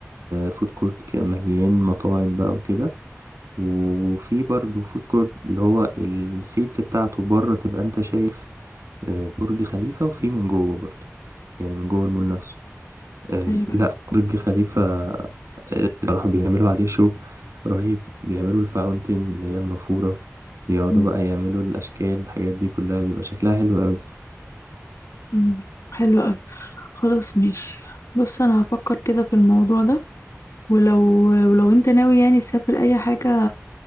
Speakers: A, on the right; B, on the left.
A: فود كورت مليان مطاعم بقى وكده وفي برضه فود كورت اللي هو السيتس بتاعته بره تبقى انت شايف آه، برج خليفة وفي من جوه برضه يعني من جوه المول نفسه آه،
B: ايوه
A: لا برج خليفة بصراحة بيعملوا عليه شو رهيب بيعملوا الفاونتين اللي هي النافورة يقعدوا
B: أمم،
A: بقى يعملوا الأشكال الحاجات دي كلها بيبقى شكلها حلو قوي
B: أمم. حلو قوي خلاص ماشي بص انا هفكر كده في الموضوع ده ولو ولو انت ناوي يعني تسافر اي حاجة